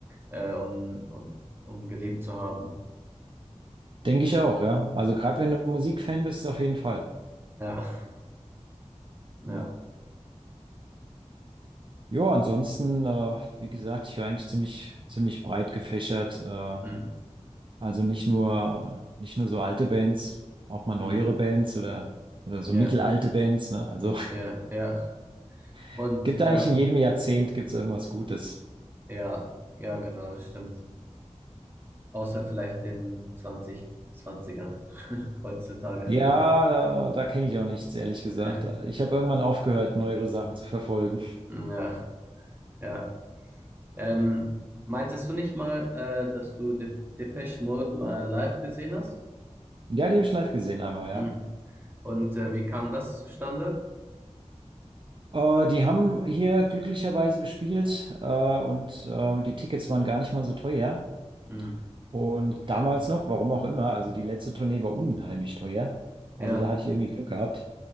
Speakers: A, on the right (about 20°); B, on the right (about 45°).
A: äh, um, um, um gelebt zu haben.
B: Denke ich auch, ja. Also gerade wenn du Musikfan bist, auf jeden Fall.
A: Ja, ja,
B: Ja. Jo, ansonsten, äh, wie gesagt, ich war eigentlich ziemlich, ziemlich breit gefächert. Äh,
A: mm,
B: Also nicht nur, nicht nur so alte Bands, auch mal neuere
A: mm,
B: Bands oder, oder so
A: ja,
B: mittelalte Bands, ne? Also
A: ja, ja. Und,
B: <laughs> gibt eigentlich
A: ähm,
B: in jedem Jahrzehnt gibt's irgendwas Gutes.
A: ja, ja, genau, das stimmt. Außer vielleicht den zwanzig zwanzigern <laughs> heutzutage.
B: Ja, da, da kenne ich auch nichts, ehrlich gesagt.
A: <laughs>
B: Ich habe irgendwann aufgehört, neuere Sachen zu verfolgen.
A: Ja, ja. Ähm, meintest du nicht mal, äh, dass du De Depeche Mode mal live gesehen hast?
B: Ja, die habe ich live gesehen einmal, ja.
A: Hm. Und äh, wie kam das zustande?
B: Äh, die haben hier glücklicherweise gespielt äh, und äh, die Tickets waren gar nicht mal so teuer.
A: Hm.
B: Und
A: Okay.
B: damals noch, warum auch immer, also die letzte Tournee war unheimlich teuer.
A: Ja,
B: Also da hatte ich irgendwie Glück gehabt.